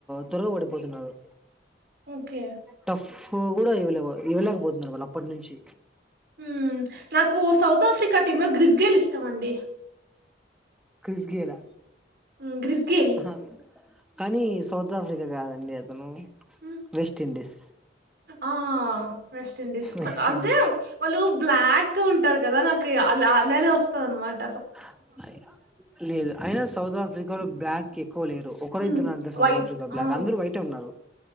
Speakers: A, in the centre; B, on the right (about 55°).
A: త్వరగా ఓడిపోతున్నారు
B: ఓకే.
A: టఫ్ కూడా ఇవ్వలే వాళ్లు. ఇవ్వలేకపోతున్నారు వాళ్ళు అప్పటి నుంచి.
B: ఉమ్ నాకు సౌత్ ఆఫ్రికా టీమ్ లో గ్రిస్గేల్ ఇష్టం అండి.
A: క్రిస్గేలా
B: హ్మ్. Chris Gayle.
A: ఆహ్ కానీ. సౌత్ ఆఫ్రికా కాదండి అతను
B: హ్మ్.
A: వెస్ట్ ఇండీస్
B: ఆ వెస్ట్ ఇండీస్ కొ
A: వెస్ట్
B: అంతే
A: ఇండీస్
B: వాళ్ళు బ్లాక్ గా ఉంటార్ కదా నాకి అ అలానే వస్తా అనమాట్
A: ఆ లేలా లేదు అయినా సౌత్ ఆఫ్రికలో బ్లాక్ ఎ కోలేరు ఒకరు
B: హ్మ్.
A: ఇద్దరు ఉన్నారు అంతే సౌత్
B: వైట్.
A: ఆఫ్రికా బ్లాక్
B: ఆ!
A: అందరు వైటే ఉన్నారు